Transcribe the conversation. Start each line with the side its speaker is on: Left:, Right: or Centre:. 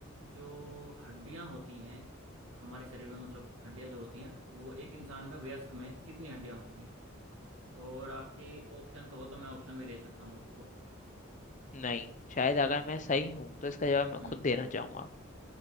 Right: जो हड्डियां होती हैं हमारे शरीर में मतलब हड्डियां जो होती हैं वो एक इंसान में वयस्क में कितनी हड्डियां होती हैं और आपके ऑप्शन कहो तो मैं ऑप्शन भी दे सकता हूँ आपको
Left: नहीं शायद अगर मैं सही हूं तो इसका जवाब मैं
Right: हम्म
Left: खुद देना चाहूंगा